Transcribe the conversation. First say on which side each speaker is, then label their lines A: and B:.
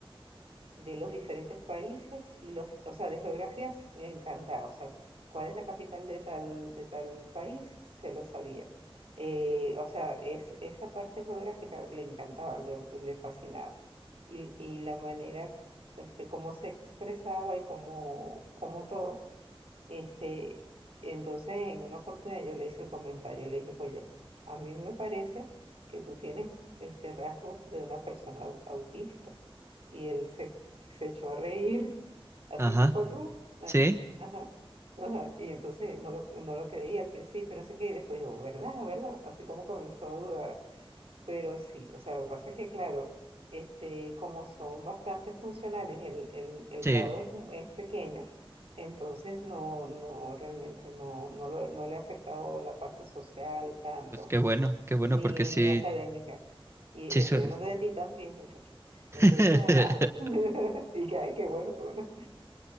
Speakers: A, on the right; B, on the right.
A: de los diferentes países y los, o sea, de geografías le encantaba, o sea, cuál es la capital de tal, de tal país, se lo sabía. Eh, o sea, es, esa parte geográfica le encantaba, le, le fascinaba. Y, y la manera, este, cómo se expresaba y cómo, cómo todo. Este, entonces, en una oportunidad yo le hice el comentario, le dije, oye, a mí me parece que tú tienes este rasgos de una persona au- autista. Y él se, se echó a reír, así
B: ajá,
A: tipo tú. Ah,
B: sí,
A: Ajá, ajá. Y entonces no lo, no lo creía al principio, no sé qué, y después digo, ¿verdad? ¿verdad? Así como comenzó a dudar. Pero sí, o sea, lo que pasa es que, claro, este, como son bastante funcionales, el, el, el
B: sí,
A: grado es, un- es pequeño, entonces no, no, realmente no, no, lo- no le ha afectado la parte social tanto,
B: pues qué bueno, qué bueno
A: ni,
B: porque sí,
A: ni académica. Y
B: sí,
A: estoy
B: sue-
A: hablando de ti también, muchacho. Entonces,
B: <laughs>
A: ajá. <laughs> Y que, ay, qué bueno, qué bueno.